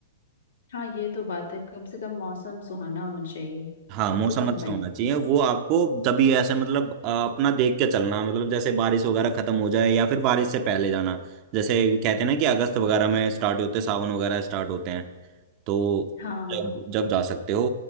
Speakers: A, on the left; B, on the right.
A: हाँ ये तो बात है कम से कम मौसम सुहाना होना चाहिए
B: हाँ
A: तब
B: मौसम
A: तो घूम
B: अच्छा
A: पाएंगे
B: होना चाहिए वो आपको तभी ऐसे मतलब अ, अपना देख के चलना मतलब जैसे बारिश वगैरह खत्म हो जाए या फिर बारिश से पहले जाना जैसे कहते हैं ना कि अगस्त वगैरह में स्टार्ट होते हैं सावन वगैरह स्टार्ट होते हैं तो
A: हाँ
B: जब जब जा सकते हो